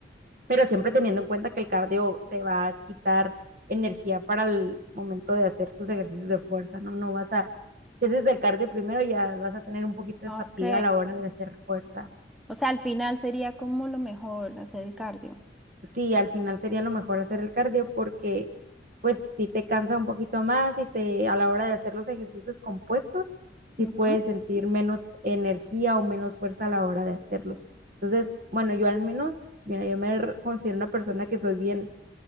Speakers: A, on the right (about 50°); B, in the centre.
A: pero siempre teniendo en cuenta que el cardio te va a quitar energía para el momento de hacer tus ejercicios de fuerza, ¿no? No vas a, si haces el cardio primero ya vas a tener un poquito
B: Ok,
A: de fatiga a la hora de hacer fuerza
B: o sea, al final sería como lo mejor hacer el cardio.
A: sí, al final sería lo mejor hacer el cardio porque pues si te cansa un poquito más y te a la hora de hacer los ejercicios compuestos, sí
B: Ujú.
A: puedes sentir menos energía o menos fuerza a la hora de hacerlos. Entonces, bueno, yo al menos, mira, yo me re- considero una persona que soy bien,